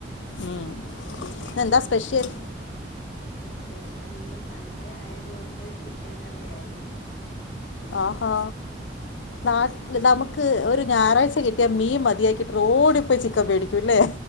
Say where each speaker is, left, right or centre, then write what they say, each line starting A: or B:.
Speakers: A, on the left (about 80°); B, on the left (about 35°).
A: മ് ഇന്നെന്താ സ്പെഷ്യൽ?
B: സ്പെഷ്യൽ ഇന്ന് സൺഡേ ആയത് കൊണ്ട് ചിക്കൻ കറിയായിരുന്നു
A: ആഹാ നാട്ടില് നമുക്ക് ഒരു ഞായറാഴ്ച കിട്ടിയാൽ മീൻ മതിയാക്കിട്ട് ഓടിപ്പോയി ചിക്കൻ മേടിക്കും ലെ